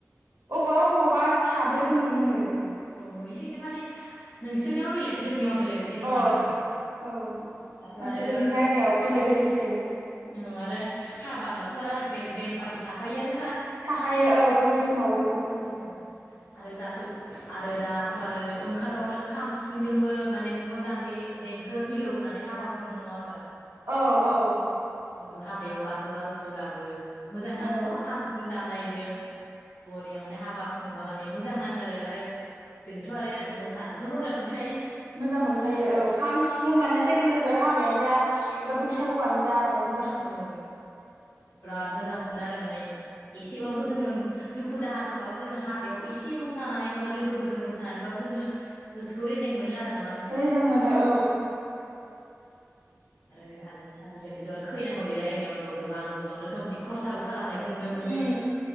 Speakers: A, on the right; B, on the left.
A: अबावबा अबावबा साब्रैबो नुनो मोनो।
B: औ नुयो इदि माने नोंसोरनियाव बेलेग जोंनियाव बेलेग बिदि नङा
A: अह
B: होनबा
A: औ
B: दाथ'
A: मानसिफोरनि
B: आरो
A: जायगायाव बेलेग बेलेग जायोना।
B: औ आरो हाबा होनबाथ' आरो आजिखालि बेम पाथि थाखायोआनो
A: थाखायो औ बयनिबो न'आवबो उम।
B: ओ आरो दाथ' आरो दाथ' आरो ओंखारबावदों खाम, सिफुंजोंबो माने मोजाङै देंखो मिलौ होनानै हाबा खुङो नङा होमबा?
A: औ औ।
B: जोंथ' हाबायाव बाथौ आरजबो गाबो। मोजां नाङो
A: औ
B: न' खाम सिफुं दामनाय जों बरिया माने हाबा खुंबा माने मोजां नाङो आरो जोंथ' आरो मोसानोथ' मोजां मोनखा
A: मोजां मोनखायो औ खाम, सिफुं दामनाय लोगो लोगो हाबायानो जा एबा बैसागु आनो जा रं
B: औ माने बिराद मोजां मोनो आरो माने एसेबाबोथ'
A: उम
B: जोङो दुखु दाहा दंबाबो जोङो हाबायाव एसे मोसानानै बाबो लोगोफोरजों मोसानानैबाबो जोङो गोसोखौ रेजें मोनो आरो न'
A: रेजें मोनो औ।
B: आरो आजि आजिखालिथ' आरो खैनाखौ देलायहोनायावथ' गोबां गोबां रोखोमनि खरसाबो खालामनायखौ नुनो मोनसै
A: उम